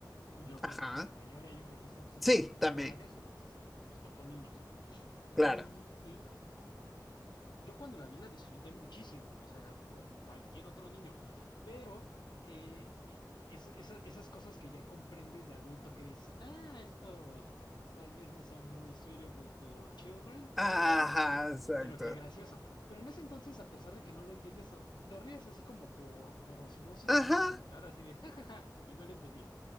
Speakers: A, on the left (about 75°); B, in the centre.
A: Yo creo
B: Ajá.
A: que como la mayoría, yo creo que so- somos
B: Sí,
A: contemporáneos,
B: también,
A: entonces este, nos tocó niños.
B: claro.
A: Y, y, yo cuando la vi la disfruté muchísimo, o sea, como cualquier otro niño, pero eh, eh, es- esa- esas cosas que ya comprendes de adulto que dices, ah, esto tal vez no sea muy suitable for children,
B: Ajá,
A: pero,
B: exacto.
A: pero qué gracioso. Pero en ese entonces, a pesar de que no lo entiendes, o- te ríes así como por, por osmosis,
B: Ajá,
A: quiero pensar, así de jajaja, y no lo entendí,